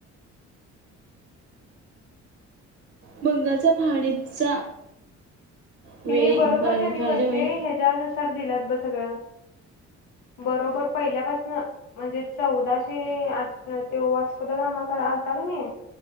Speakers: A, on the right; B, on the left.
A: बंगालच्या फाळणीचा वेळी
B: हेनी बरोबर क नई
A: फाळणीच्या
B: वर्षे
A: वेळी
B: ह्याच्यानुसार दिल्यात. बघ सगळं बरोबर पहिल्यापासन म्हणजे चौदाशे आठ ते वास्कोद गामा आलता कनी